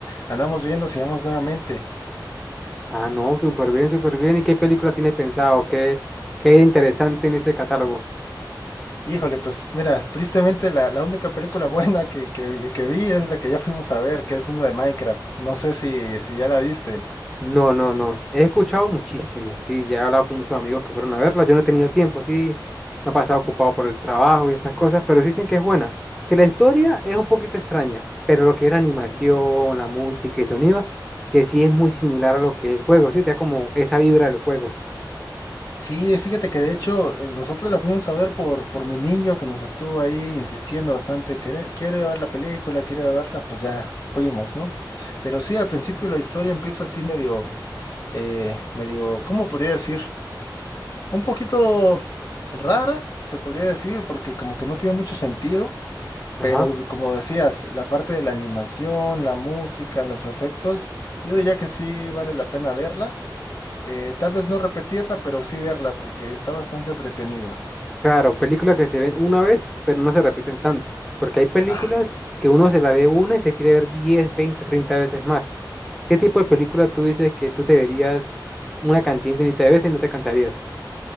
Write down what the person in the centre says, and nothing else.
Ah, no, súper bien, súper bien. ¿Y qué película tienes pensado? ¿Qué, qué interesante en ese catálogo?
No, no, no. He escuchado muchísimo, sí. Ya he hablado con muchos amigos que fueron a verla. Yo no he tenido tiempo, sí. Me he pasado ocupado por el trabajo y estas cosas, pero sí dicen que es buena. Que la historia es un poquito extraña, pero lo que era animación, la música y sonido, que sí es muy similar a lo que es el juego, sí. Te da como esa vibra del juego.
Ajá.
Claro, películas que se ven una vez, pero no se repiten tanto. Porque hay películas
que uno se la ve una y se quiere ver 10, 20, 30 veces más. ¿Qué tipo de película tú dices que tú te verías una cantidad infinita de veces y no te cansarías?